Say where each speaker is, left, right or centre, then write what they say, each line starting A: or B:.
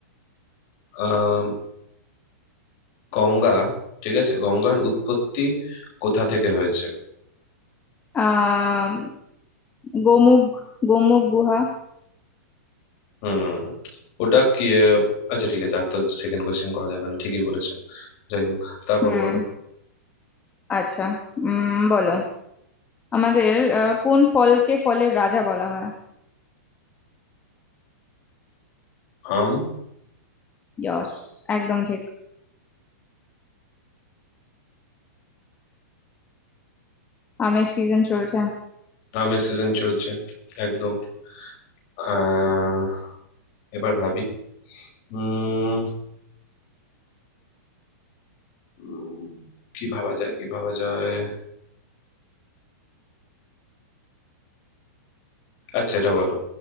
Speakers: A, on the left (about 45°); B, on the left (about 15°).
A: আহ গঙ্গা ঠিক আছে গঙ্গার উৎপত্তি কোথা থেকে হয়েছে
B: আহ গোমুখ গোমুখ গুহা
A: হুম ওটা কি আহ, আচ্ছা ঠিক আছে আর তো সেকেন্ড কোয়েশ্চেন করা যাবে না ঠিকই বলেছে যাই হোক তারপর
B: হুম
A: বলো
B: আচ্ছা উম বলো আমাদের আহ, কোন ফলকে ফলের রাজা বলা হয়
A: আম
B: ইয়স একদম ঠিক আমের সিজন চলছে
A: আমের সিজন চলছে একদম আহ এবার ভাবি উম উম, কি ভাবা যায় কি ভাবা যায় আচ্ছা এটা বলো